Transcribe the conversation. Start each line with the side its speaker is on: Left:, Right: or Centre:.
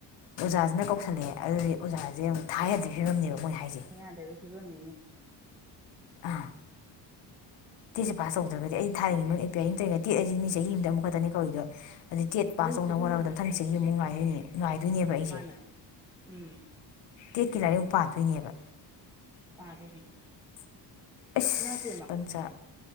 Left: ꯑꯣꯖꯥꯁꯤꯅ ꯀꯧꯁꯜꯂꯛꯑꯦ ꯑꯗꯨꯗꯤ ꯑꯣꯖꯥꯁꯦ ꯑꯃꯨꯛ ꯊꯥꯌꯥꯗꯕꯒꯤ ꯐꯤꯕꯝꯅꯦꯕ ꯃꯣꯏ ꯍꯥꯏꯁꯦ
Centre: ꯊꯥꯌꯥꯗꯕꯒꯤ ꯐꯤꯚꯝꯅꯤꯅꯦ
Left: ꯑꯥ ꯇꯦꯠꯁꯦ ꯄꯥꯁ ꯇꯧꯗ꯭ꯔꯒꯗꯤ
Centre: ꯏꯁ
Left: ꯑꯩ ꯊꯥꯔꯤꯉꯩ ꯇꯤ ꯏ ꯇꯤ ꯍꯥꯏꯁꯤꯗꯤ ꯆꯍꯤ ꯑꯃꯗ ꯑꯃꯨꯛꯈꯛꯇꯅꯤ ꯀꯧꯔꯤꯗꯣ ꯗꯩ ꯇꯦꯠ
Centre: ꯆꯍꯤ
Left: ꯄꯥꯁ ꯇꯧꯅꯕ
Centre: ꯈꯨꯗꯤꯡꯒꯤꯅꯦ
Left: ꯍꯣꯠꯅꯕꯗ ꯃꯊꯪ ꯆꯍꯤ ꯑꯃꯨꯛ ꯉꯥꯏꯗꯣꯏꯅꯦ ꯉꯥꯏꯗꯣꯏꯅꯦꯕ ꯑꯩꯁꯦ
Centre: ꯃꯥꯅꯦ ꯎꯝ
Left: ꯇꯦꯠꯀꯤ ꯂꯥꯏꯔꯤꯛ ꯑꯃꯨꯛ ꯄꯥꯟꯗꯣꯏꯅꯦꯕ
Centre: ꯄꯥꯗꯣꯏꯅꯤ
Left: ꯑꯁ
Centre: ꯏꯃꯥꯏ ꯄꯦꯃ
Left: ꯄꯟꯆꯥ